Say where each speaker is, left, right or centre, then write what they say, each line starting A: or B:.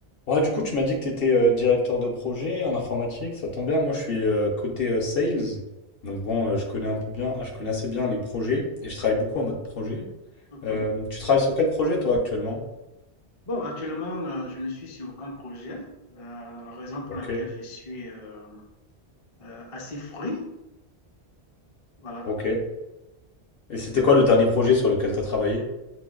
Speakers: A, on the left (about 60°); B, on the left (about 40°).
A: Ouais, du coup, tu m'as dit que tu étais euh, directeur de projet en informatique. Ça tombe bien, moi je suis euh, côté euh, sales. Donc bon, euh, je connais un peu bien, je connais assez bien les projets et je travaille beaucoup en mode projet.
B: OK.
A: Euh, tu travailles sur quel projet toi actuellement?
B: Bon, actuellement, euh, je ne suis sur aucun projet. Euh, la raison pour
A: Ok,
B: laquelle je suis euh, euh, assez fruit, voilà.
A: ok. Et c'était quoi le dernier projet sur lequel tu as travaillé?